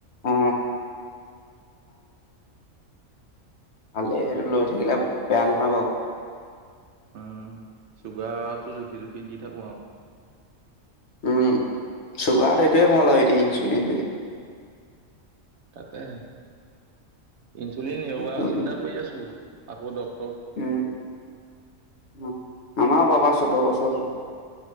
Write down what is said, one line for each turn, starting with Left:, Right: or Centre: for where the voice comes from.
Left: অ ভালে, সেইটো লৈ থাকিলে বেয়া নহয় বাৰু।
Right: উম, চুগাৰটো জুখি, জুখি দি থাকো আৰু
Left: উম চুগাৰ এইটোৱে ভাল এইটো ইনচুলিনটোৱে।
Right: তাকেহে ইনচুলিন
Left: সেইটো
Right: এবাৰ চিন্তা কৰি আছো। আকৌ ডক
Left: উম, আমাৰ বাবা চৈধ্য বছৰ হ'ল